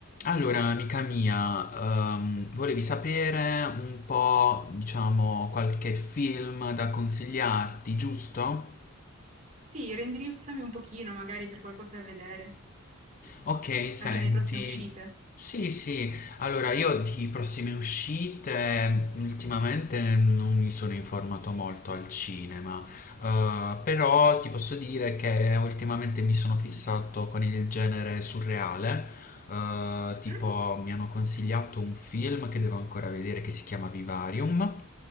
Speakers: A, on the left (about 40°); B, on the right (about 35°).
A: Allora, amica mia, ehm, volevi sapere un po', diciamo, qualche film da consigliarti, giusto?
B: Sì, reindirizzami un pochino, magari per qualcosa da vedere,
A: Ok, senti.
B: anche nelle prossime uscite.
A: Sì, sì. Allora, io di prossime uscite ultimamente non mi sono informato molto al cinema, eh, però ti posso dire che ultimamente mi sono fissato con il genere surreale. eh, tipo,
B: Mm?
A: mi hanno consigliato un film che devo ancora vedere che si chiama Vivarium.